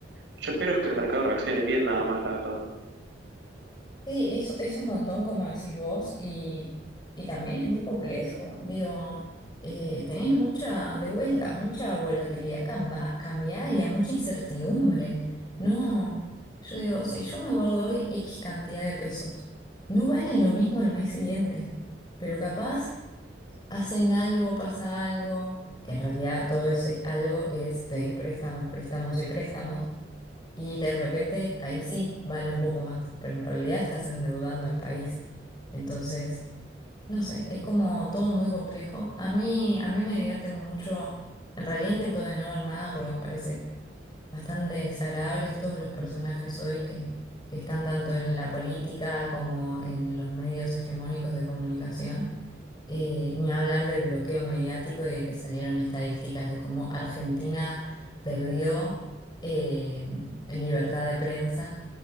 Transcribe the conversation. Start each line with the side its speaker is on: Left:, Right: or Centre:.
Right: Yo espero que el mercado reaccione bien nada más, la verdad.
Left: Sí, eso es un montón, como decís vos, y, y también es muy complejo. Digo, eh, tenés mucha, de vuelta, mucha volatilidad camba- cambiaria, mucha incertidumbre. No, yo digo, si yo me guardo hoy X cantidad de pesos, no valen lo mismo al mes siguiente, pero capaz hacen algo, pasa algo, que en realidad todo ese algo es pedir préstamos, préstamos y préstamos. Y de repente ahí sí vale un poco más, pero en realidad estás endeudando al país. Entonces, no sé, es como todo muy complejo. A mí, a mí me divierte mucho. En realidad intento de no ver nada porque me parece bastante desagradables todos los personajes hoy que, que están tanto en la política como en los medios hegemónicos de comunicación. Eh, ni hablar del bloqueo mediático y de que salieron estadísticas de cómo Argentina perdió eh, en libertad de prensa